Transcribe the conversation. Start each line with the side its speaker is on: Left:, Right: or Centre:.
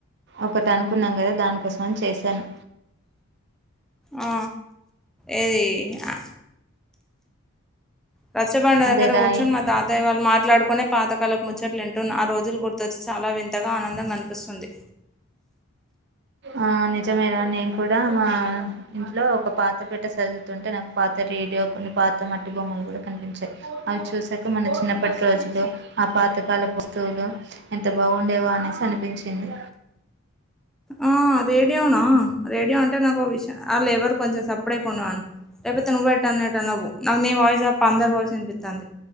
Right: ఒకటి అనుకున్నాం కదా దానికోసం అని చేశాను
Centre: ఆ ఏది ఆ రచ్చబండ దగ్గర
Right: అదేరా
Centre: కూర్చొని మా తాతయ్య వాళ్ళు మాట్లాడుకునే పాతకాలపు ముచ్చట్లు వింటున్న ఆ రోజులు గుర్తొస్త్ చాలా వింతగా ఆనందంగా అనిపిస్తుంది
Right: ఆ నిజమేరా నేను కూడా మా ఇంట్లో ఒక పాత పెట్టె చదువుతుంటే నాకు పాత డ్ రేడియో కొన్ని పాత మట్టి బొమ్మలు కూడా కనిపించాయి అవి చూసాక మన చిన్నప్పటి రోజులు ఆ పాతకాల వస్తువులు ఎంత బాగుండేవో అనేసి అనిపించింది
Centre: ఆ రేడియో నా రేడియో అంటే నాకు ఆళ్ళు ఎవరు కొంచెం సప్పడేక ఉండుమను లేపోతే నువ్ ఏ ఎటన్న పో నాకు నీ వాయిస్ అ అందరు వాయిస్ వినిపిస్తది